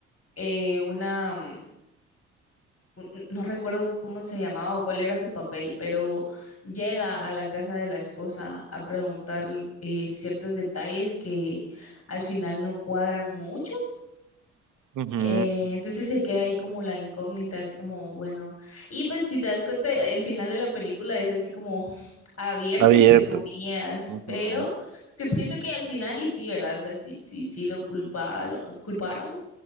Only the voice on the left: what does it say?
eh, una mm, un- no recuerdo cómo se llamaba o cuál era su papel, pero llega a la casa de la esposa a preguntar eh, ciertos detalles que al final no cuadran mucho.
Eh, entonces se queda ahí como la incógnita, así como, bueno, y pues si te das cuenta, el final de la película es así como <laughs> abierto,
entre comillas,
pero que siento que al final y sí, ¿verdad? O sea, sí, sí, sí lo culpa, lo culparon.